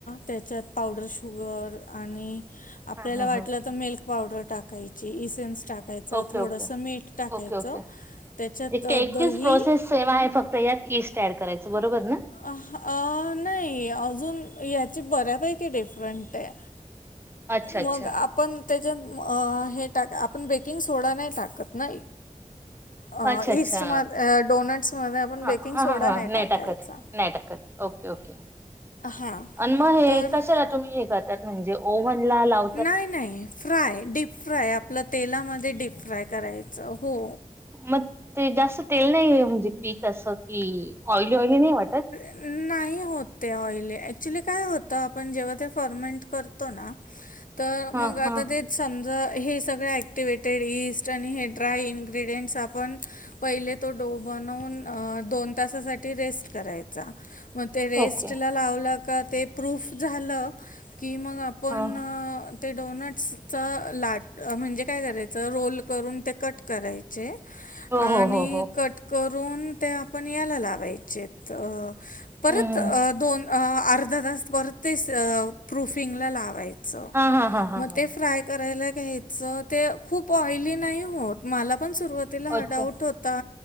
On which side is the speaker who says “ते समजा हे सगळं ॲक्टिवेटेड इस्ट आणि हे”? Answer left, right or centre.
Left